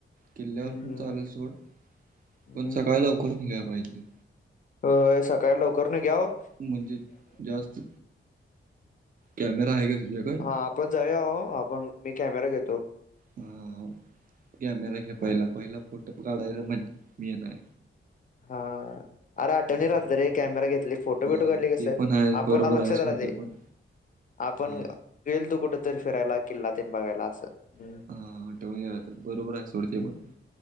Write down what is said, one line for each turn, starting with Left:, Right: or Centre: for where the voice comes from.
Right: किल्ल्यावर
Left: हम्म
Right: पण चालेल सोड,
Left: हम्म
Right: पण सकाळी लवकर निघाय पाहिजे
Left: <inaudible> अ सकाळी लवकर <inaudible> न घ्याव.
Right: म्हणजे, जास्त कॅमेरा आहे का तुझ्याकड?
Left: हा आपण जाऊ आो आपण मी कॅमेरा घेतो.
Right: हा कॅमेरा घे <inaudible>
Left: हा
Right: पायला पहिला फोटो काढायला <inaudible> म्ह मी <inaudible> ये ना
Left: हा.. अरे आठवणी
Right: हम्म.
Left: राहत रे कॅमेरा घेतली फोटो
Right: हा
Left: बिटो घातली कसं
Right: ते पण आहे
Left: आपण
Right: बरोबर
Left: लक्षात
Right: आहे सोड
Left: राहते.
Right: ते पण
Left: आपण
Right: हा
Left: गेल तू कुठ तरी फिरायला किल्लात बघायला असं. हम्म
Right: <inaudible> हा <inaudible> ठेवून यात बरोबर आहे सोडती
Left: हम्म.
Right: पण